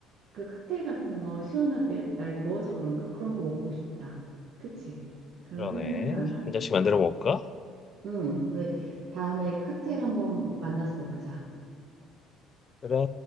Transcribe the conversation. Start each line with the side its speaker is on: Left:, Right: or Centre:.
Right: 그 칵테일 같은 거 시원하게 날 더워서 그런가? 그런 거 먹고 싶다. 그치? 그런
Left: 그러네
Right: 거 생각나지 않아?
Left: 한 잔씩 만들어 먹을까?
Right: 응, 우리 다음에 칵테일 한번 만나서 먹자.
Left: 그래